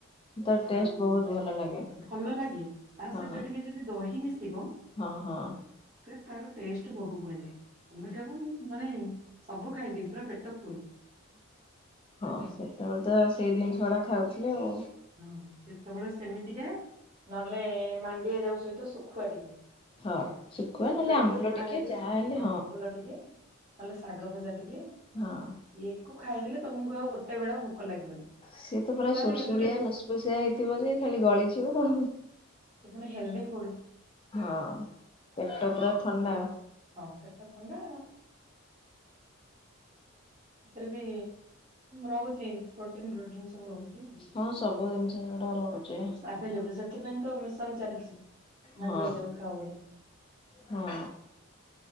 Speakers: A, on the left; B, on the right.
A: ତାର ଟେଷ୍ଟ
B: ହଁ
A: ବହୁତ ଭଲ ଲାଗେ
B: ଭଲ ଲାଗେ ତା
A: ହଁ
B: ସହିତ ଟିକେ ଯଦି ଦହି ମିଶିବ
A: ହଁ ହଁ।
B: ସେ ତାର ଟେଷ୍ଟ ବହୁତ ଗୁଣିତ ତମେ କେବ ମୁ ମାନେ ସବୁ ଖାଇଦେବି ପୁରା ପେଟ ଫୁଲ।
A: ହଁ
B: ହେଲା
A: ସେତେବେଳେ ତ ସେଇ ଜିନିଷ ଗୁଡା ଖାଉଥିଲେ ଆଉ।
B: ହଁ ସେତେବେଳେ ସେମିତିକା ନହେଲେ ମାଣ୍ଡିଆ ଯାଉ ସହିତ ଶୁଖୁଆ ଟିକେ।
A: ହଁ
B: ଶୁଖୁଆ
A: ନହେଲେ ଆମ୍ବୁଲ
B: ଟିକେ ପୋଡା ହେଇଥିିବ
A: ଯାହା ହେଲେ
B: ହଁ ଆମ୍ୱୁଲ ଟିକେ ଆଲୋ ଶାଗ ଭଜା ଟିକେ।
A: ହଁ।
B: ସେଇକୁ ଖାଇଦେଲେ ତମକୁ ଆଉ ଗୋଟେ ବେଳା ଭୋକ ଲାଗିବନି।
A: ସିଏ ତ ପୁରା
B: ତା
A: ସୁଡସୁଡିଆ
B: ବି ହେଲ୍ଦି ଫୁଡ
A: ଲସପୁସିଆ ହେଇଥିବ ଯେ ଖାଲି ଗଳିଯିବ।
B: ସେ ପୁଣି ହେଲ୍ଦି ଫୁଡ
A: ହଁ ପେଟ ପୁରା
B: ଆଉ
A: ଥଣ୍ଡା।
B: ହଁ ପେଟ ଥଣ୍ଡା। ଏଥିରେ ବି ରହୁଛି ପ୍ରୋଟିନ ଫ୍ରୋଟିନ ସବୁ ରହୁଛି।
A: ହଁ ସବୁ ଜିନିଷ ସେଡା ରହୁଛି।
B: ଆଭେଲେବୁଲ ସେଥିପାଇଁ ତ ମିଶନ ଚାଲିଛି
A: ହଁ
B: ମାଣ୍ଡିଆ ଯାଉ ଖାବୋଲି।
A: ହଁ।